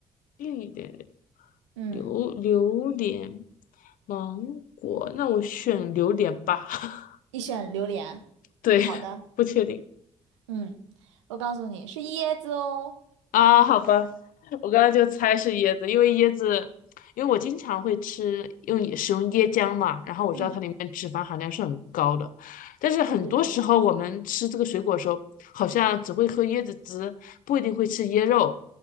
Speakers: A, on the left (about 65°); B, on the right (about 85°).
A: 硬一点点。
B: 嗯，
A: 榴榴莲、芒果，那我选榴莲吧。<laughs>
B: 你选榴莲。
A: 对，
B: 好的，
A: <laughs> 不确定
B: 嗯，我告诉你是椰子哦。
A: 啊，好吧，我刚才就猜是椰子，因为椰子，因为我经常会吃用也使用椰浆嘛，然后我知道它里面脂肪含量是很高的，
B: 嗯，
A: 但是很多时候我们吃这个水果的时候，
B: 对对对，
A: 好像只会喝椰子汁，不一定会吃椰肉，